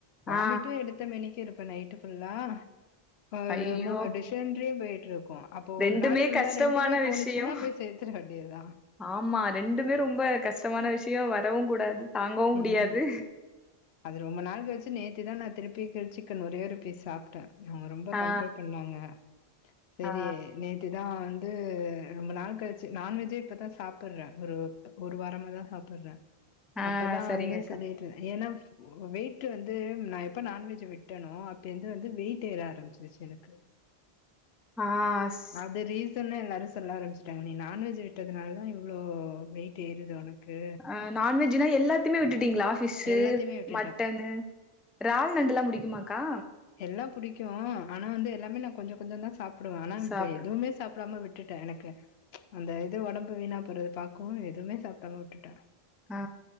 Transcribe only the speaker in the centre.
ஆ
ஐயயோ
ரெண்டுமே
கஷ்டமான
விஷயோ
ஆமா ரெண்டுமே ரொம்ப கஷ்டமான விஷ்யோ வரவு கூடாது தாங்கவு முடியாது
ஆ
ஆ
ஆ
சரிங்கக்கா
ஆஸ்
ஆ நான்வெஜ்னா எல்லாத்தையுமே விட்டுட்டீங்ளா ஃபிஷ்ஷு
மட்டனு இறால் நண்டு எல்லா முடிக்குமாக்கா
சாப்டு
ஆ